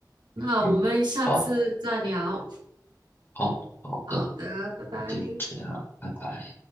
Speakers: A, on the right; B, on the left.
A: 那我们下次再聊。
B: 嗯，好，好，好的，
A: 好的，拜拜。
B: 就这样，拜拜。